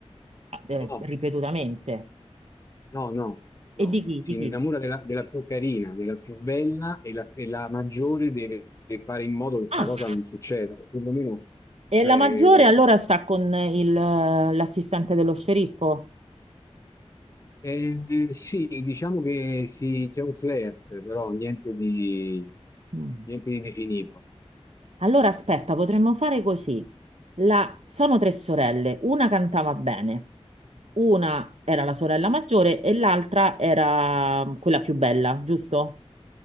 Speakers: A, on the right; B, on the left.
A: eh,
B: No,
A: ripetutamente.
B: no, no, no.
A: E di chi?
B: Si
A: Di
B: innamora
A: chi?
B: della, della più carina, della più bella e la, e la maggiore deve fare in modo che questa
A: Ah,
B: cosa non succeda. Perlomeno,
A: E
B: cioè,
A: la maggiore
B: eh,
A: allora sta con il, eh, l'assistente dello sceriffo.
B: Eh, sì, diciamo che sì, c'è un flirt, però niente di,
A: Mm.
B: niente di definito.
A: Allora aspetta, potremmo fare così. La- Sono tre sorelle, una cantava bene, una era la sorella maggiore e l'altra era mm, quella più bella, giusto?